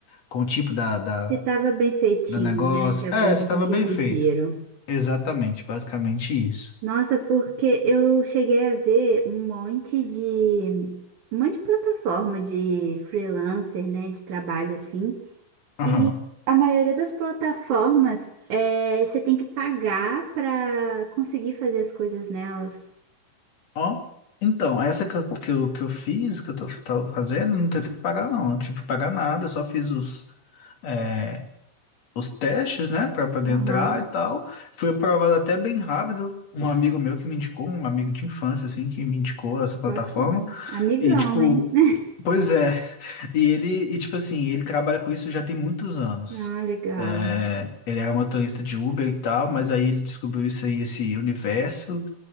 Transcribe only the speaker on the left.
com o tipo da, da,
da negócio.
É, estava
bem
feito. Exatamente, basicamente isso.
Aham.
Ó, então, essa que eu, que eu, que eu fiz, que eu tô- tava fazendo, não teve que pagar, não. Não tive que pagar nada, eu só fiz os, é, os testes, né, pra poder
entrar e tal. Fui aprovado até bem rápido. Um amigo meu que me indicou, um amigo de infância, assim, que me indicou essa plataforma.
E, tipo,
pois é. <laughs> E ele, e, tipo assim, ele trabalha com isso já tem muitos anos.
É, ele era motorista de Uber e tal, mas aí ele descobriu isso aí, esse universo